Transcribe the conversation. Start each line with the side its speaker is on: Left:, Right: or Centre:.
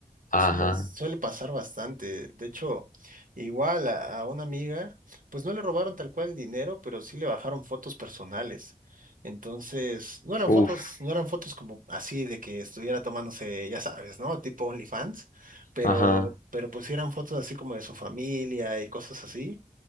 Left: ajá,
Right: Suele, suele pasar bastante. De hecho, igual a, a una amiga, pues no le robaron tal cual el dinero, pero sí le bajaron fotos personales. Entonces, no eran
Left: uff,
Right: fotos, no eran fotos como así de que estuviera tomándose, ya sabes, ¿no? Tipo OnlyFans, pero,
Left: ajá.
Right: pero pues sí eran fotos así como de su familia y cosas así.